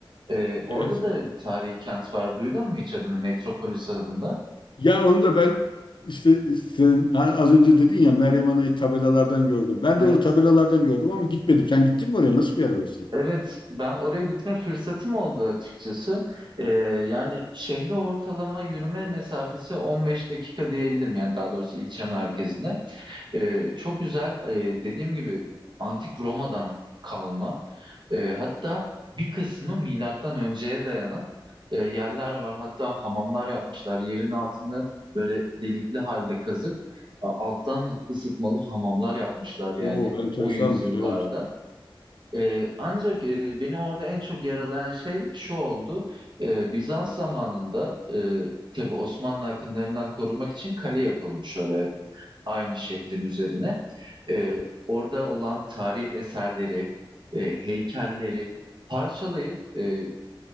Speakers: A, on the right; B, on the left.
A: E, orada
B: Evet.
A: da bir tarihi kent var. Duydun mu hiç adını? Metropolis adında.
B: Ya onu da ben işte sen ha, az önce dedin ya Meryem Ana'yı tabelalardan gördüm. Ben
A: Evet.
B: de onu tabelalardan gördüm ama gitmedim. Sen gittin mi oraya? Nasıl bir yer orası?
A: Evet, ben oraya gitme fırsatım oldu açıkçası. Ee, yani şehre ortalama yürüme mesafesi 15 dakika diyebilirim. Yani daha doğrusu ilçe merkezine. Ee, çok güzel, ee, dediğim gibi antik Roma'dan kalma. Ee, hatta bir kısmı milattan önceye dayanan e, yerler var. Hatta hamamlar yapmışlar. Yerin altını böyle delikli halde kazıp a- alttan ısıtmalı hamamlar yapmışlar yani
B: Oo enteresanmış
A: o yüzyıllarda.
B: evet.
A: Ee, ancak e, beni orada en çok yaralayan şey şu oldu. Ee, Bizans zamanında e, tabii Osmanlı akınlarından korumak için kale yapılmış oraya aynı şehrin üzerine. Ee, orada olan tarihi eserleri, e, heykelleri parçalayıp e,